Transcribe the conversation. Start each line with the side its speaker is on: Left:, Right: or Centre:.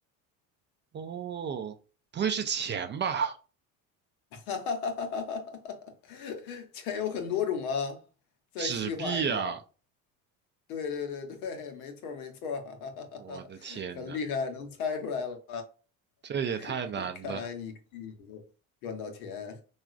Right: 哦，不会是钱吧？
Left: <laughs> 哈哈哈哈哈 <laughs> 钱有很多种啊，再细化一点儿。
Right: 纸币呀！
Left: 对对对对，没错儿没错儿，
Right: 我的天呐，
Left: <laughs> 很厉害，能猜出来了。
Right: 这也太难了。
Left: <laughs> 看来你可以赚到钱，